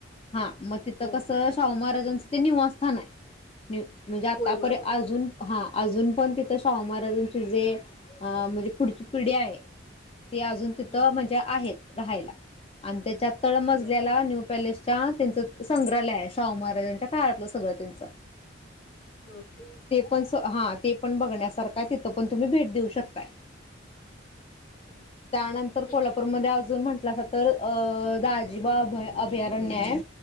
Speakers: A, on the left (about 30°); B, on the left (about 85°).
A: हा मग तिथ
B: हो
A: कसं
B: आहे
A: शाहू महाराजांचं ते निवास -- <unintelligible> म्हणजे आतापर्य
B: होय बरोबर
A: अजून हा अजून पण तिथं शाहू महाराजांची जे अ म्हणजे पुढची पिढी आहे. ते अजून तिथं
B: हं
A: म्हणजे आहेत. राहायला अन त्याच्या तळमजल्याला
B: बरं
A: न्यू पॅलेस त्यांचं संग्रहालय आहे शाहू महाराजांच्या काळातलं सगळ त्यांचा
B: ओके
A: ते पण स. हा ते पण बघण्यासारखा हाय तिथं पण तुम्ही भेट देऊ शकताय.
B: ओके
A: त्यानंतर
B: ठीक
A: कोल्हापूरमध्ये
B: आहे ठीक आहे
A: अजून म्हंटलासा तर अं.. दाजीबा अभ अभयारण्य हाय,